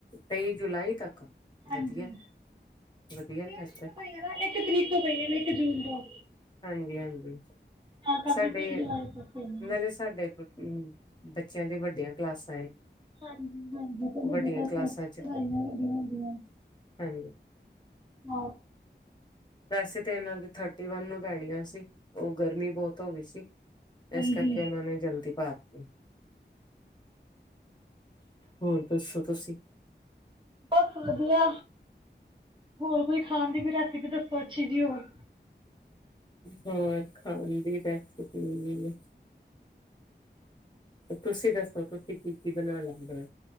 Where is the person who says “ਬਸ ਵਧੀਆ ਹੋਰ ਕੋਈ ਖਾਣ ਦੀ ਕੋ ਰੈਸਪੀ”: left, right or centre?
Right